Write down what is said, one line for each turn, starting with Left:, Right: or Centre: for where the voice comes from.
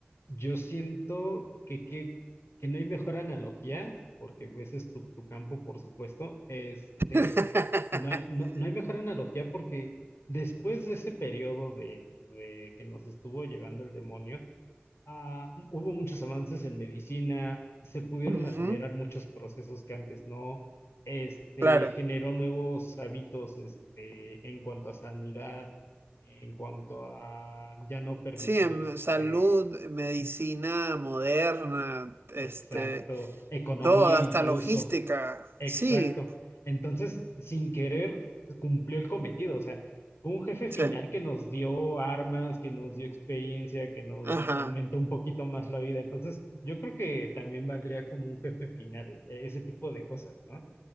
Left: Yo siento que, que, que no hay mejor analogía, porque pues, ese es tu, tu campo, por supuesto. Este,
Right: <laughs>
Left: no hay, no, no hay mejor analogía porque después de ese periodo de, de que nos estuvo llevando el demonio, Ah, hubo muchos avances en medicina, se pudieron
Right: Ujú,
Left: acelerar muchos procesos que antes no, este,
Right: claro.
Left: generó nuevos hábitos, este, en cuanto a sanidad, en cuanto a ya no permitir,
Right: Sí, em,
Left: este,
Right: salud, eh, medicina moderna, este,
Left: exacto, economía
Right: todo,
Left: incluso.
Right: hasta logística.
Left: Exacto.
Right: Sí,
Left: Entonces, sin querer, cumplió el cometido. O sea, fue un jefe final
Right: sí.
Left: que nos dio armas, que nos dio experiencia, que nos
Right: Ajá.
Left: aumentó un poquito más la vida. Entonces, yo creo que también valdría como un jefe final, eh, ese tipo de cosas, ¿no?